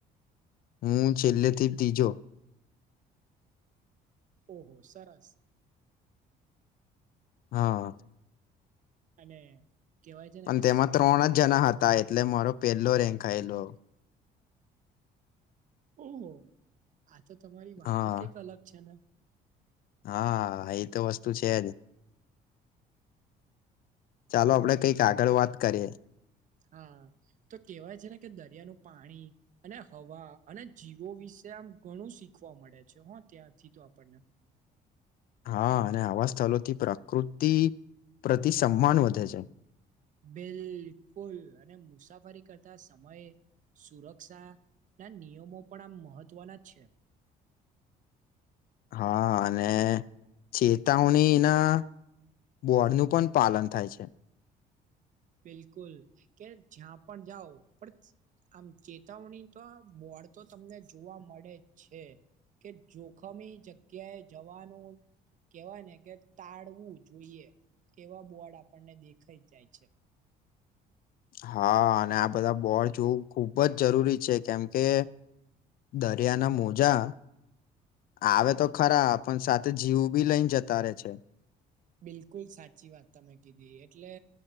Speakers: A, on the left; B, on the right.
A: હું છેલ્લેથી તીજો.
B: ઓહો સરસ.
A: હા.
B: અને કેહેવાય છે ને
A: પણ
B: કે
A: તેમાં
B: સ-
A: ત્રણ
B: આમ
A: જ જણા હતા એટલે મારો પહેલો રેન્ક આયેલો.
B: ઓહો આ તો તમારી વાત
A: હા
B: જ કઈક અલગ છે ને
A: હા એ તો વસ્તુ છેજ. ચાલો
B: બિલકુલ
A: આપડે કઈક આગળ વાત કરીએ
B: હા તો કેહેવાય છે ને કે દરિયાનું પાણી અને હવા અને જીવો વિશે આમ ઘણું શીખવા મળે છે હ ત્યાંથી તો આપણને
A: હા અને આવા સ્થળથી પ્રકૃતિ પ્રતિ સનમાન વધે છે.
B: બિલકુલ અને મુસાફરી કરતા સમયે સુરક્ષા ના નિયમો પણ આ મહત્વના છે. <unintelligible>
A: હા અને ચેતવણીના બોડનું પણ પાલન થાય છે
B: બિલકુલ કે જ્યાં પણ જાઓ પણ આમ ચેતવણી તો બોડ તો તમને જોવા મળે છે કે જોખમી જગ્યાએ જવાનું કેવાય ને કે તાળવું જોઈએ એવા બોર્ડ આપણને દેખાઈ જાય છે
A: હા અને આ બધા બોડ જોવું ખૂબ જ જરૂરી છે કેમ કે દરિયાના મોજા આવે તો ખરા પણ સાથે જીવ બી લઈને જતા રે છે.
B: બિલકુલ સાચી વાત તમે કીધી એટલે